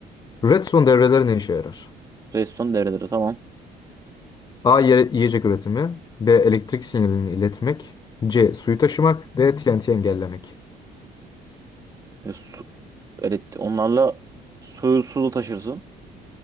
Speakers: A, on the left (about 25°); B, on the right (about 20°).
A: Redstone devreleri ne işe yarar?
B: Redstone devreleri tamam.
A: A. Ye- Yiyecek üretimi. B. Elektrik sinyalini iletmek. C. Suyu taşımak. D. TNT engellemek.
B: E, su, evet, onlarla suyu sulu taşırsın.